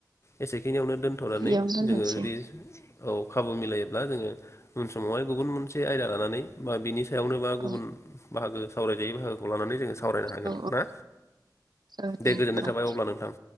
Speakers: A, on the left; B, on the right.
A: एसे खिनियावनो दोनथ'नानै
B: इयावनो दोनथ'नोसै
A: जोङो जुदि औ खाबु मिलायो ब्ला जोङो उन समावहाय गुबुन मोनसे आयदा लानानै बा बिनि सायावनो बा
B: औ
A: गुबुन बाहागो सावरायजायै बाहागोखौ लानानै जोङो सावरायनो हागोन
B: औ
A: ना
B: औ
A: दे
B: होमबा
A: गोजोननाय थाबाय
B: औ
A: अब्ला नोंथां